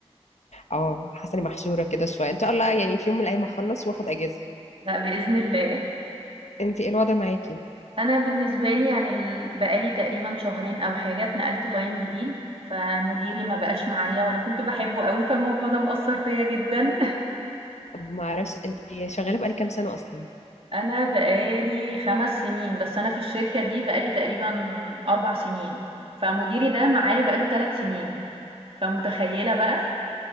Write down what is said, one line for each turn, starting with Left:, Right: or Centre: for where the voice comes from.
Left: اه حاسة اني محشورة كده شوية ان شاء الله يعني في يوم من الايام هخلص واخد اجازة
Right: <laughs> لا بإذن الله
Left: انت ايه الوضع معاكي
Right: انا بالنسبة لي يعني ال- بقالي تقريبا شهرين او حاجة اتنقلت لاين جديد فمديري ما بقاش معايا وانا كنت بحبه قوي فالموضوع ده مأثر فيا جدا
Left: ما اعرفش انت شغالة بقالك كام سنة اصلا
Right: <laughs> انا بقالي خمس سنين بس انا في الشركة دي بقالي تقريبا اربع سنين فمديري ده معايا بقاله ثلاث سنين فمتخيلة بقى